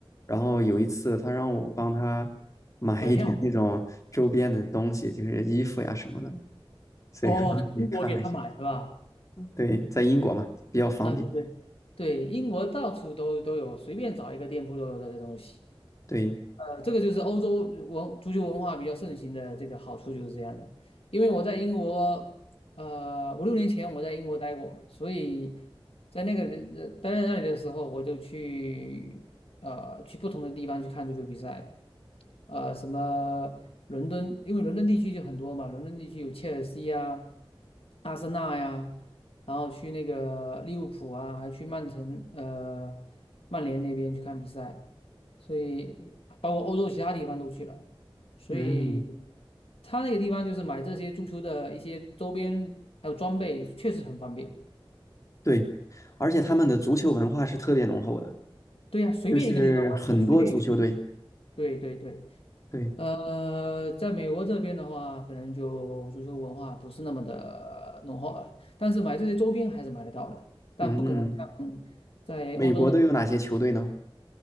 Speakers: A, on the left; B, on the left.
A: 然后有一次，他让我帮他 <laughs> 买一点那种周边的东西，
B: 买票
A: 就是衣服呀什么的。所以我当时也看了一下。
B: 哦，从中国给他买是吧？
A: 对，在英国嘛，比较方便。
B: 啊，对对对，英国到处都都有，随便找一个店铺都有这些东西。
A: 对，
B: 呃，这个就是欧洲文足球文化比较盛行的这个好处就是这样的。因为我在英国，呃，五六年前我在英国待过，所以在那个呃待在那里的时候，我就去呃去不同的地方去看足球比赛，呃，什么伦敦，因为伦敦地区就很多嘛，伦敦地区有切尔西啊、阿森纳呀、然后去那个利物浦啊，还去曼城呃曼联那边去看比赛。所以包括欧洲其他地方都去了，所以
A: 嗯，
B: 他那个地方就是买这些足球的一些周边还有装备，确实很方便。
A: 对。而且他们的足球文化是特别浓厚的，
B: 对呀、随便一个地方玩足球随便一个地方。
A: 就是很多足球队。
B: 对对对，
A: 对，
B: 呃，在美国这边的话，可能就足球文化不是那么的浓厚了，但是买这些周边还是买得到的，但不可能像在欧洲那么。
A: 嗯，美国都有哪些球队呢？